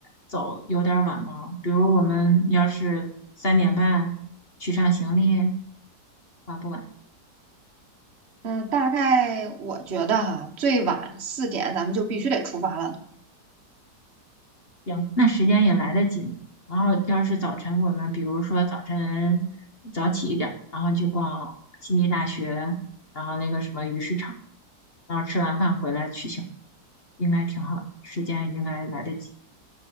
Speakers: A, on the left; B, on the right.
A: 走，有点儿晚吗？比如我们要是三点半取上行李，晚不晚？
B: 嗯、大概我觉得哈，最晚四点咱们就必须得出发了呢。
A: 行，那时间也来得及然后要是早晨，我们比如说早晨早起一点儿，然后去逛悉尼大学，然后那个什么鱼市场，然后吃完饭回来去醒，应该挺好的，时间应该来得及。